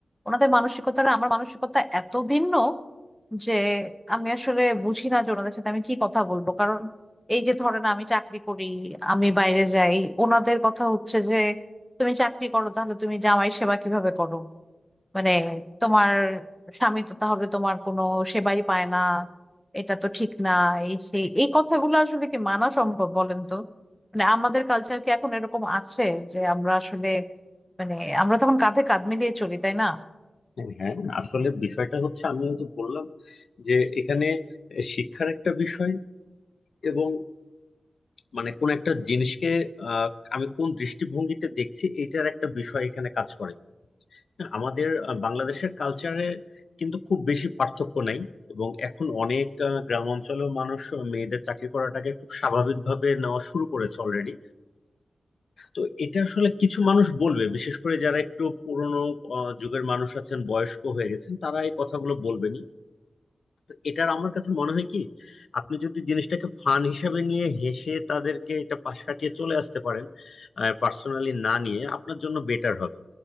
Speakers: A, in the centre; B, on the left (about 70°).
A: ওনাদের মানসিকতাটা আমার মানসিকতা এত ভিন্ন যে আমি আসলে বুঝি না যে ওনাদের সাথে আমি কি কথা বলবো কারণ এই যে ধরেন আমি চাকরি করি আমি বাইরে যাই ওনাদের কথা হচ্ছে যে তুমি চাকরি করো তাহলে তুমি জামাই সেবা কিভাবে করো মানে তোমার স্বামী তো তাহলে তোমার কোনো সেবাই পায় না এটা তো ঠিক না এই সেই এই কথাগুলো আসলে কি মানা সম্ভব বলেন তো মানে আমাদের কালচার কি এখন এরকম আছে যে আমরা আসলে মানে আমরা তখন কাঁধে কাঁধ মিলিয়ে চলি তাই না
B: হ্যাঁ আসলে বিষয়টা হচ্ছে আমি তো বললাম যে এখানে শিক্ষার একটা বিষয় এবং মানে কোন একটা জিনিসকে আহ, আমি কোন দৃষ্টিভঙ্গিতে দেখছি এটার একটা বিষয় এখানে কাজ করে না, আমাদের আহ, বাংলাদেশের কালচারের কিন্তু খুব বেশি পার্থক্য নাই এবং এখন অনেক আহ, গ্রাম অঞ্চলেও মানুষ আহ, মেয়েদের চাকরি করাটাকে খুব স্বাভাবিকভাবে নেওয়া শুরু করেছে অলরেডি তো এটা আসলে কিছু মানুষ বলবে বিশেষ করে যারা একটু পুরনো আহ, যুগের মানুষ আছেন বয়স্ক হয়ে গেছেন তারা এই কথাগুলো বলবেনই তো এটার আমার কাছে মনে হয় কি আপনি যদি জিনিসটাকে ফান হিসাবে নিয়ে হেসে তাদেরকে এটা পাশ কাটিয়ে চলে আসতে পারেন পার্সোনালি না নিয়ে আপনার জন্য বেটার হবে